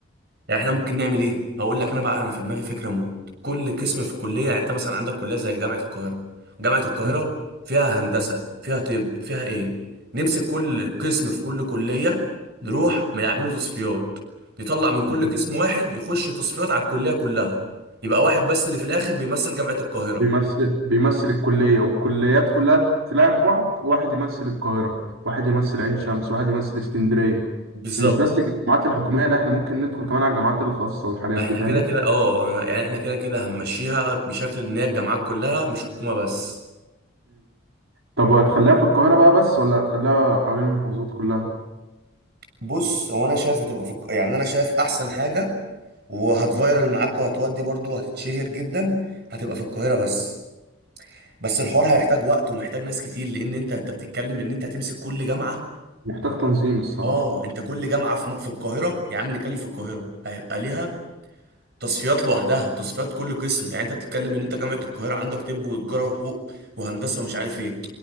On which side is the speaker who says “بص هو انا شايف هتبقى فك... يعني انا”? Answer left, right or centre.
Right